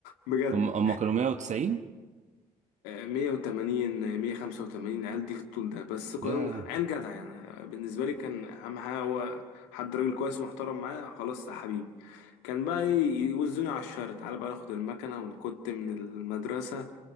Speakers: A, on the left; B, on the right.
A: بجد
B: هم هم كانوا 190
A: مية وتمانين مية خمسة وتمانين العيال دي في الطول ده بس كان
B: يا
A: عيال جدع يعني بالنسبة لي كان أهم حاجة هو حد راجل كويس ومحترم معاه خلاص يا حبيبي كان بقى إيه، يوزوني على الشارع تعالى بقى ناخد المكنة ونكت من المدرسة